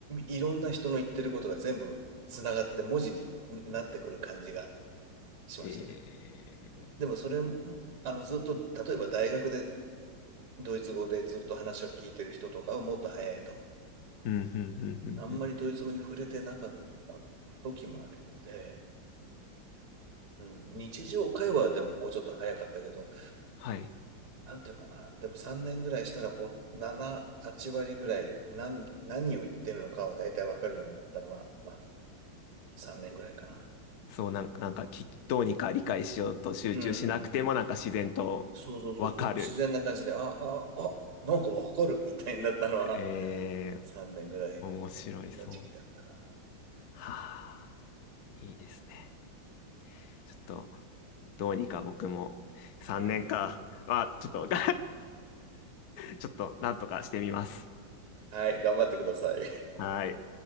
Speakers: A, on the right; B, on the left.
A: いろんな人の言ってることが全部つながって文字になってくる感じがしましたね。
B: え
A: でもそれも、あのずっと例えば大学でドイツ語でずっと話を聞いてる人とかはもっと早いと思う。
B: ー、うん、うん、うん、
A: あんまりドイツ語に触れてなかった時もあるので、
B: うん、うん。
A: うん、日常会話でももうちょっと早かったけど、
B: はい。
A: なんていうかな、でも3年ぐらいしたらほ7、8割ぐらい何、何を言ってるのかは大体わかるようになったのは、まあ3年ぐらいかな。
B: そう、なんか、なんかき、どうにか理解しようと集中しなくても、
A: うんうん。
B: なんか自然とわかる。
A: そうそうそうそう。自然な感じで、あ、あ、あ、なんかわかるみたいになったのは
B: え
A: 3年ぐらい
B: ー、面白いそう。
A: の時期だったかな。
B: はあ、いいですね。ちょっと、どうにか僕も3年か。
A: うん。
B: あ、ちょっと、<laughs> ちょっと、なんとかしてみます。
A: はい、頑張ってください。
B: はい。